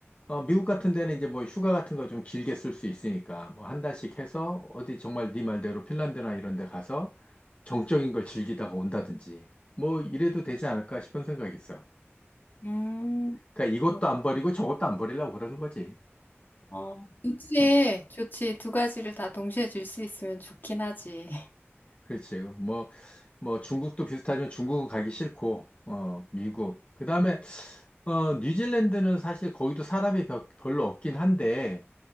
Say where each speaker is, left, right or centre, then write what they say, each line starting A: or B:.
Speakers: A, on the left; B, on the left.
A: 어, 미국 같은 데는 이제 뭐 휴가 같은 거 좀 길게 쓸 수 있으니까 뭐 한 달씩 해서 어디 정말 네 말대로 핀란드나 이런 데 가서 정적인 걸 즐기다가 온다든지 뭐 이래도 되지 않을까 싶은 생각이 있어.
B: 음,
A: 그러니까 이것도
B: 그렇
A: 안 버리고 저것도 안 버리려고 그러는 거지.
B: 어, 좋지.
A: 응.
B: 좋지. 두 가지를 다 동시에 줄 수 있으면 좋긴 하지.
A: 그렇지. 뭐, 뭐 중국도 비슷하지만 중국은 가기 싫고, 어, 미국. 그 다음에, 어, 뉴질랜드는 사실 거기도 사람이 벼- 별로 없긴 한데,